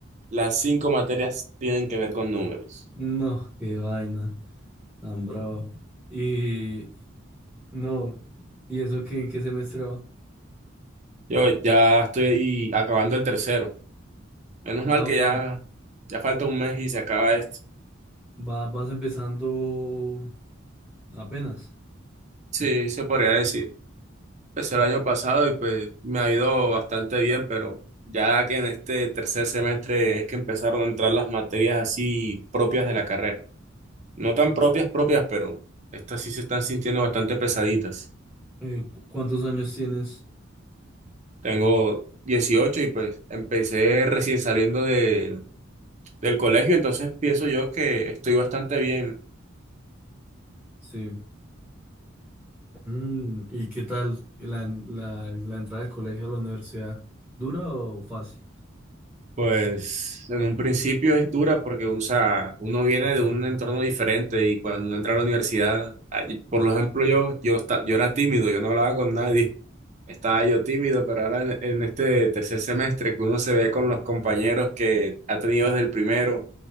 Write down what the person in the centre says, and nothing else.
No, qué vaina, tan bravo. Y no, ¿y eso qué, en qué semestre va?
Ah,
o sea,
va- vas empezando apenas.
Ah,
eh, ¿cu- ¿cuántos años tienes?
Sí. Mm, ¿y qué tal la, la, la entrada de colegio a la universidad? ¿Dura o fácil?